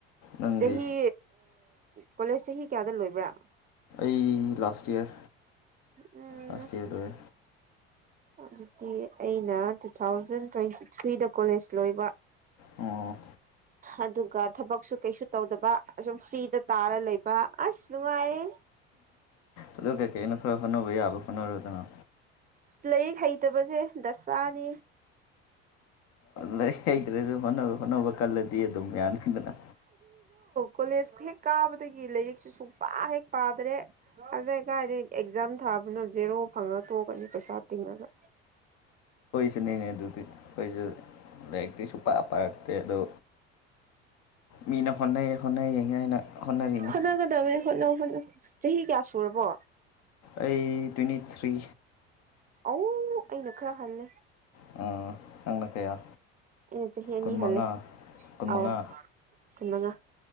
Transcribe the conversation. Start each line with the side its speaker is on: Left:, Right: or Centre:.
Left: ꯅꯪꯗꯤ
Right: ꯆꯍꯤ ꯀꯣꯂꯦꯖ ꯆꯍꯤ ꯀꯌꯥꯗ ꯂꯣꯏꯕ꯭ꯔꯥ
Left: ꯐ ꯂꯥꯁꯇ ꯏꯔ
Right: ꯎꯝ
Left: ꯂꯥꯁ ꯏꯔ ꯂ
Right: ꯑꯗꯨꯗꯤ ꯑꯩꯅ ꯇꯨ ꯊꯥꯎꯖꯟ ꯇ꯭ꯋꯦꯟꯇꯤ ꯊ꯭ꯔꯤꯗ ꯀꯣꯂꯦꯖ ꯂꯣꯏꯕ
Left: ꯑꯣ
Right: ꯑꯗꯨꯒ ꯊꯕꯛꯁꯨ ꯀꯩꯁꯨ ꯇꯧꯗꯕ ꯁꯨꯝ ꯐ꯭ꯔꯤꯗ ꯇꯥꯔ ꯂꯩꯕ ꯑꯁ ꯅꯨꯡꯉꯥꯏꯔꯦ
Left: ꯑꯗꯨ ꯀꯦ ꯀꯩꯩꯅ ꯈꯔ ꯐꯅꯕ ꯌꯥꯕ ꯐꯅꯔꯗꯅꯣ
Right: ꯂꯥꯏꯔꯤꯛ ꯍꯩꯇꯕꯁꯦ ꯗꯥꯅꯤ
Left: ꯂꯥꯏꯔꯤꯛ ꯍꯩꯇ꯭ꯔꯁꯨ ꯍꯣꯠꯅꯕ ꯍꯣꯠꯅꯕ ꯀꯜꯂꯗꯤ ꯑꯗꯨꯝ ꯌꯥꯅꯤꯗꯅ
Right: ꯀꯣꯂꯦꯖꯀ ꯍꯦꯛ ꯀꯥꯕꯗꯒꯤ ꯂꯥꯏꯔꯤꯛꯁꯨ ꯁꯨꯡꯄꯥ ꯍꯦꯛ ꯄꯥꯗ꯭ꯔꯦ ꯑꯗꯨꯗ ꯀꯥꯏꯗ ꯑꯦꯛꯖꯥꯝ ꯊꯥ ꯕꯅ ꯔꯣ ꯐꯪꯉ ꯇꯨ ꯀꯅꯤ ꯄꯩꯁꯥ ꯇꯤꯡꯉꯒ
Left: ꯁꯤꯟꯅꯅꯦꯦ ꯑꯗꯨꯗꯤ ꯑꯩꯈꯣꯏꯁꯨ ꯂꯥꯏꯔꯤꯛꯇꯤ ꯁꯨꯡ ꯄ ꯄꯥꯔꯛꯇꯦ ꯑꯗꯣ ꯃꯤꯅ ꯍꯣꯠꯅꯩ ꯍꯣꯠꯅꯩꯌꯦꯅ ꯑꯩꯅ ꯍꯣꯠꯅꯔꯤꯅꯤ
Right: ꯍꯣꯠꯅꯒꯗꯕꯅꯤ ꯍꯣꯠꯅꯧ ꯍꯣꯠꯅꯧ ꯆꯍꯤ ꯀꯌꯥ ꯁꯨꯔꯕꯣ
Left: ꯑꯩ ꯇ꯭ꯋꯦꯟꯇꯤ ꯊ꯭ꯔꯤ
Right: ꯑ ꯑꯩꯅꯈꯔ ꯍꯜꯅꯦ
Left: ꯎꯝ ꯑꯉ ꯀꯌꯥ
Right: ꯑꯩꯅ ꯆꯍꯤ ꯑꯅꯤ
Left: ꯀꯨꯟꯃꯉꯥ
Right: ꯍꯜꯂꯦ
Left: ꯀꯨꯟꯃꯉꯥ
Right: ꯑꯥꯎ ꯀꯨꯟ ꯃꯉꯥ